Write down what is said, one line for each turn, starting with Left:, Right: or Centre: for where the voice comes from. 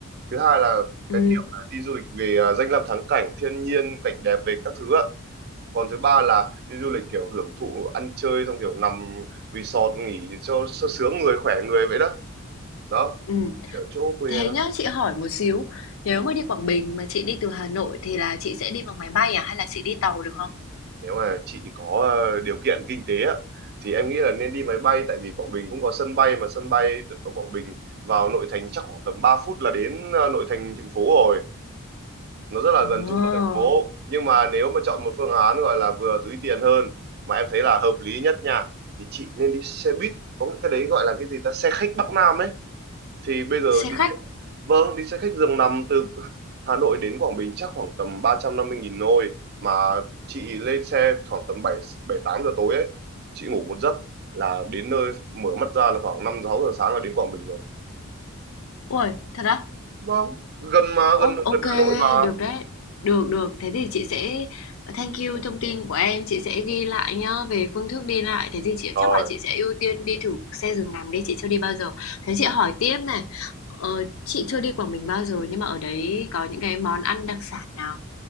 Right: thứ hai là
Left: Ừ,
Right: cái kiểu là đi du lịch về à, danh lam thắng cảnh thiên nhiên cảnh đẹp về các thứ ạ còn thứ ba là đi du lịch kiểu hưởng thụ ăn chơi xong kiểu nằm resort nghỉ cho, cho sướng người khỏe người vậy đó đó
Left: ừ.
Right: kiểu chỗ quê
Left: Thế
Right: em
Left: nhá, chị hỏi một xíu, nếu mà đi Quảng Bình mà chị đi từ Hà Nội thì là chị sẽ đi bằng máy bay à hay là chị đi tàu được không?
Right: nếu mà chị có ờ, điều kiện kinh tế á thì em nghĩ là nên đi máy bay tại vì Quảng Bình cũng có sân bay mà sân bay từ- ở Quảng Bình vào nội thành chắc khoảng tầm 3 phút là đến ờ, nội thành thành phố rồi nó rất là
Left: Ồ,
Right: gần trung tâm thành phố nhưng mà nếu mà chọn một phương án gọi là vừa túi tiền hơn mà em thấy là hợp lý nhất nha thì chị nên đi xe buýt có cái đấy gọi là cái gì ta xe khách Bắc Nam ấy thì bây giờ
Left: xe
Right: đi
Left: khách.
Right: Vâng, đi xe khách giường nằm từ Hà Nội đến Quảng Bình chắc khoảng tầm 350.000 thôi mà chị lên xe khoảng tầm 7 7 8 giờ tối ấy, chị ngủ một giấc là đến nơi mở mắt ra là khoảng 5 6 giờ sáng là đến Quảng Bình rồi.
Left: Ui, thật á?
Right: Vâng, gần mà,
Left: Ô,
Right: gần gần
Left: ok,
Right: Hà Nội mà.
Left: được đấy. Được, được. Thế thì chị sẽ thank you thông tin của em, chị sẽ ghi lại nhá về phương thức đi lại. Thế thì chị
Right: Rồi,
Left: chắc là chị sẽ ưu tiên đi thử xe giường nằm đi, chị chưa đi bao giờ. Thế chị hỏi tiếp này, ờ, chị chưa đi Quảng Bình bao giờ nhưng mà ở đấy có những cái món ăn đặc sản nào?